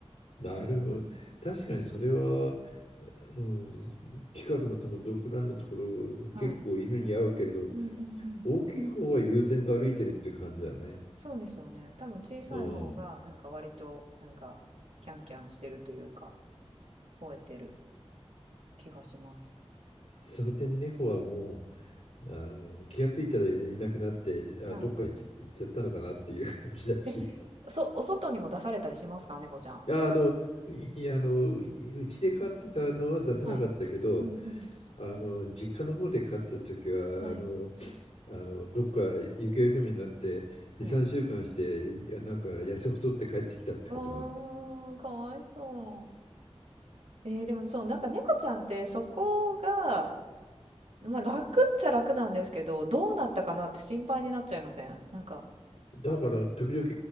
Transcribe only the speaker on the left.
なるほど。
確かにそれは、うん、近くのその独覧のところ、
結構犬に合うけれど、
大きい方は悠然と歩いてるって感じだね。
うん。
その点、猫はもう、あの、気がついたらいなくなって、あ、
どっか行っちゃ行っちゃったのかなっていう感じだし、
い
や、あの、いいあの、うちで飼ってたのは出さなかったけど、
あの、実家の方で飼ってた時は、
あの、あの、どっか行方不明になって、
2、3週間して、やなんか痩せ細って帰ってきたってこともあった。
だから、時々